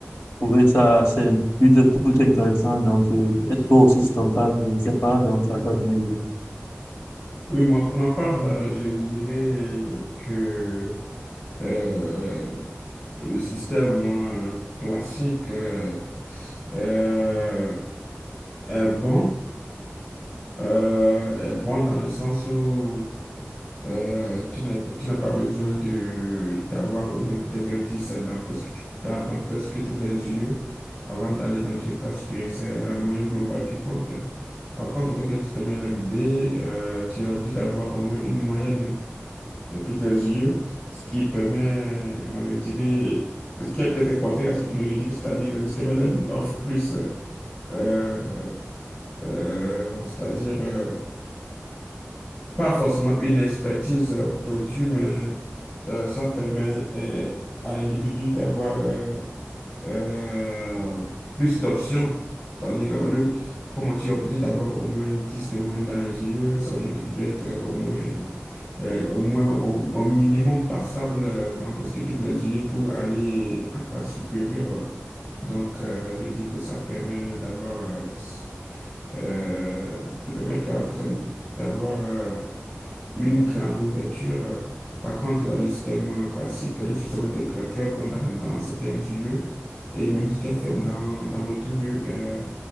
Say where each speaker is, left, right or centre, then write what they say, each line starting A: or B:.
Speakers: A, on the left; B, on the left.
A: trouver ça assez plutôt, plutôt intéressant. Donc, euh, peut-être toi aussi, c'est ton cas, je ne sais pas. Donc, ça toi de me dire.
B: Oui, moi, pour ma part, euh, je dirais que euh, le système euh, classique euh, euh, est bon, euh, est bon dans le sens où Euh, tu n'as, tu n'as pas besoin de d'avoir au moins peut-être un 10 dans presque, tout- dans, dans presque toutes les UE avant d'aller dans une classe supérieure. C'est la moyenne globale qui compte. Par contre, avec le système LMD, euh, tu es obligé d'avoir au moins une moyenne dans toutes les UE, ce qui permet, moi je dirais, ce qui est peut-être contraire à ce que tu viens de dire, c'est-à-dire que le système LMD offre plus, euh, euh, euh, c'est-à-dire euh, pas forcément une expertise euh, pointue, mais euh, ça permet euh, à l'individu d'avoir euh, euh, plus d'options. C'est-à-dire, euh, le, comment tu es obligé d'avoir au moins 10 de moins dans les yeux, ça veut dire que tu dois être euh, au moins, euh, au moins au, au minimum passable euh, dans presque toutes les yeux pour aller en classe supérieure. Donc, euh, je dis que ça permet d'avoir, euh, s- euh, de permettre à la personne d'avoir euh, une grande ouverture. Par contre, le système classique, il suffit seulement d'être très bon dans, dans certains lieux. Et même si tu es faible dans, dans l'autre lieu, euh,